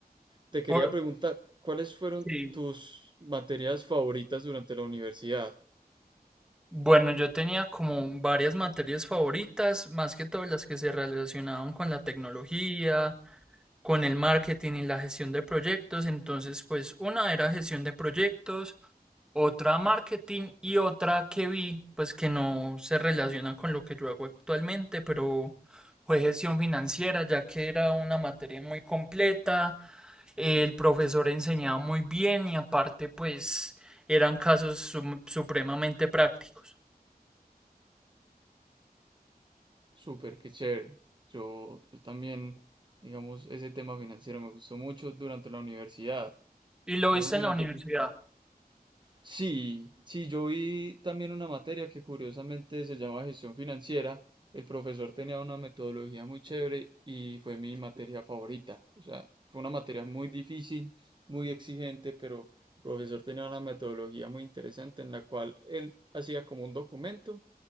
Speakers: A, on the right; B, in the centre.
A: te quería
B: por,
A: preguntar, ¿cuáles fueron
B: sí.
A: tus materias favoritas durante la universidad?
B: Bueno, yo tenía como varias materias favoritas, más que todas las que se relacionaban con la tecnología, con el marketing y la gestión de proyectos. Entonces, pues una era gestión de proyectos, otra marketing y otra que vi, pues que no se relaciona con lo que yo hago actualmente, pero fue gestión financiera, ya que era una materia muy completa, el profesor enseñaba muy bien y aparte, pues eran casos sum- supremamente prácticos.
A: Súper, qué chévere. Yo, yo también, digamos, ese tema financiero me gustó mucho durante la universidad.
B: Y lo
A: Digamos,
B: hice
A: durante
B: en la universidad,
A: Sí, sí, yo vi también una materia que curiosamente se llama gestión financiera. El profesor tenía una metodología muy chévere y fue mi materia favorita. O sea, fue una materia muy difícil, muy exigente, pero el profesor tenía una metodología muy interesante en la cual él hacía como un documento